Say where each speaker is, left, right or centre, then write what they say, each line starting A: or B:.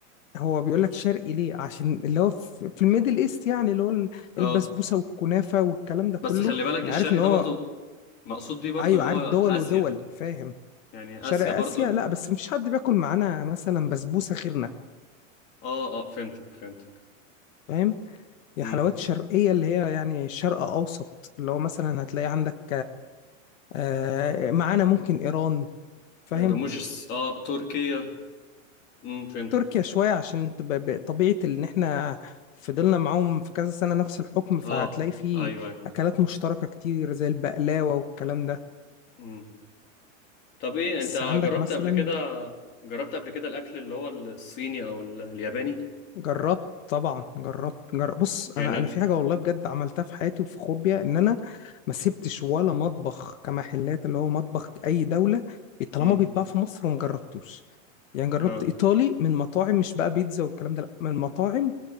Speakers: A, on the left; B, on the left.
A: هو بيقول لك شرقي ليه عشان اللي هو في في الميدل ايست يعني اللي هو ال-
B: اه
A: البسبوسة والكنافة والكلام ده كله
B: بس خلي بالك
A: انا
B: الشرقي
A: عارف ان هو
B: ده برضو مقصود بيه برضو
A: ايوه
B: اللي
A: عارف
B: هو
A: دول
B: اسيا
A: ودول فاهم
B: يعني
A: شرق
B: اسيا
A: اسيا
B: برضو ال...
A: لا بس مفيش حد بياكل معانا مثلا بسبوسه غيرنا
B: اه اه فهمتك فهمتك
A: فاهم هي
B: امم
A: حلوات شرقيه اللي هي يعني شرق اوسط اللي هو مثلا هتلاقي عندك آه، معانا ممكن ايران فاهم
B: رموش الس- اه تركيا امم فهمتك
A: تركيا شويه عشان تب- ب- طبيعه ان احنا فضلنا معاهم في كذا سنه نفس الحكم فهتلاقي
B: اه
A: فيه
B: ايوه ايوه
A: اكلات مشتركه كتير زي البقلاوه والكلام ده
B: مم. طب ايه
A: بس
B: انت
A: عندك
B: جربت
A: مثلا
B: قبل كده جربت قبل كده الاكل اللي هو الصيني او ال- الياباني
A: جربت طبعا جربت جرب بص
B: يعني
A: انا انا
B: أنا-
A: في حاجه والله بجد عملتها في حياتي وفخور بيها ان انا ما سبتش ولا مطبخ كمحلات اللي هو مطبخ اي دوله طالما
B: مم.
A: بيتباع في مصر وما جربتوش يعني جربت
B: اه
A: ايطالي من مطاعم مش بقى بيتزا والكلام ده لا من مطاعم